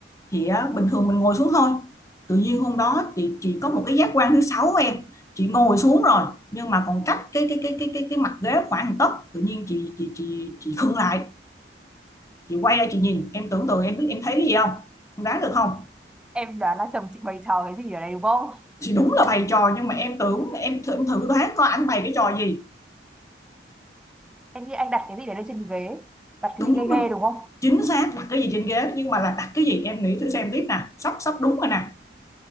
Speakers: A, on the left; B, in the centre.
A: thì á, bình thường mình ngồi xuống thôi tự nhiên hôm đó chị chị có một cái giác quan thứ sáu của em chị ngồi xuống rồi nhưng mà còn cách cái cái cái cái cái cái mặt ghế khoảng một tấc tự nhiên chị chị chị chị khựng lại chị quay ra chị nhìn em tưởng tượng em biết em thấy cái gì không em đoán được không
B: Em đoán là chồng chị bày trò cái gì ở đây đúng không?
A: thì đúng là bày trò nhưng mà em tưởng em, em thử đoán coi ảnh bày cái trò gì
B: Em nghĩ anh đặt cái gì để lên trên cái ghế, ấy. đặt
A: đúng
B: cái gì ghê ghê
A: rồi
B: đúng không?
A: chính xác đặt cái gì trên ghế nhưng mà là đặt cái gì em nghĩ thử xem tiếp nè sắp sắp đúng rồi nè